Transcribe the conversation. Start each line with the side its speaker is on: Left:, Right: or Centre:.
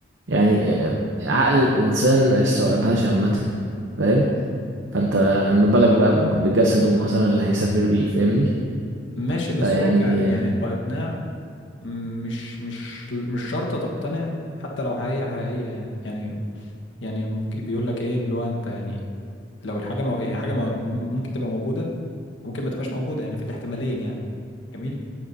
Right: يعني آه، عقل الإنسان ما يستوعبهاش عامة فاهم فأنت أما بالك بقى بجسده مثلا اللي هيسافر بيه فاهمني
Left: ماشي بس
Right: فيعني
Left: هو ك يعني كإقناع مش مش مش شرط تقتنع حتى لو حقيقية حقيقية يعني يعني يعني ممكن- بيقول لك ايه اللي هو انت يعني لو الحاجة مو... هي حاجة مو... ممكن تبقى موجودة ممكن ما تبقاش موجودة يعني في الاحتمالين يعني جميل